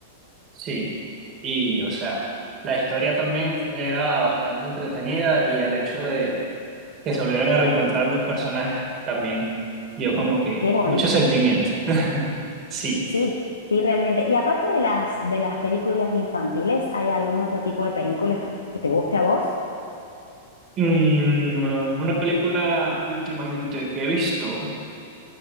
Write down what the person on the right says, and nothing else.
Sí. Y, o sea, la historia también era bastante entretenida y el hecho de que se volvieran a reencontrar los personajes también dio como que
mucho sentimiento. <laughs> Sí.
Mm, una película últimamente que he visto.